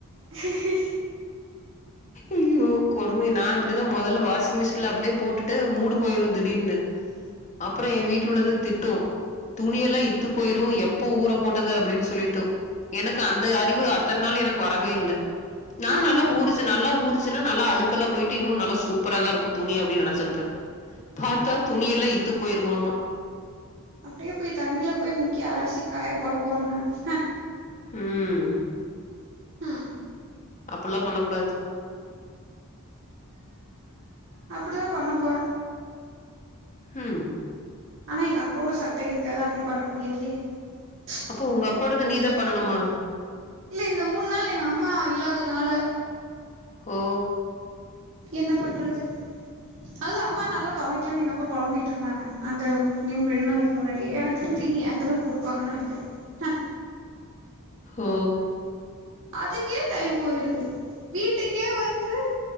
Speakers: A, on the right; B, on the left.
A: ஹி ஹி
B: ஐய்யோ கொடுமை நான் இப்படிதான் முதல்ல வாஷிங் மிஷின்ல அப்படியே போட்டுட்டு மூடு போயிரும் திடீர்னு அப்புறம் என் வீட்டுல உள்ளது திட்டும்ம் துணியெல்லாம் இத்து போயிரும் எப்ப ஊற போட்டது அப்படின்னு சொல்லிட்டோ எனக்கு அந்த அறிவு அத்தனை நாள் எனக்கு வரவே இல்லை நான்
A: ம்
B: நல்லா ஊரு நல்லா ஊருச்சுன்னா நல்லா அழுக்கெல்லாம் போயிட்டு இன்னும் நல்லா சூப்பரா தான் இருக்கும் துணி அப்படின்னு நினைச்சிருப்பேன் பார்த்தா துணி எல்லாம் இத்து போயிருமாமா
A: அப்படியே போய் தண்ணில போய் முக்கி அலசி காய போட போறே நான்ஹ
B: உஹம்
A: ம்
B: அப்படல்லாம் பண்ண கூடாது
A: அப்படிதான் பண்ணப் போற
B: ஹம்
A: ஆமங்கா சட்டை இருக்காது அப்படி பண்ண முடியாது ஏ
B: அப்போ உங்க அப்போடந்து நீ தான் பண்ணணுமா
A: இல்ல இந்த மூணு நாள் எங்க அம்மா இல்லாத நாால
B: ஓ
A: என்ன பண்றது அதுவு அம்மா நல்லா தொவைக்கலன்னு எங்க அப்பா புழம்பிகிட்டு இருந்தாங்க அந்த நீ ரெண்டு நாளைக்கி முன்னாடியே எனக்கு தெரிஞ்சி இனி என்ட்ட தா குடுப்பாங்கன்னு நினைக்கிறே ஹ
B: ஓ
A: அதுக்கே டைம் போயிருது வீட்டுக்கே வந்து ம்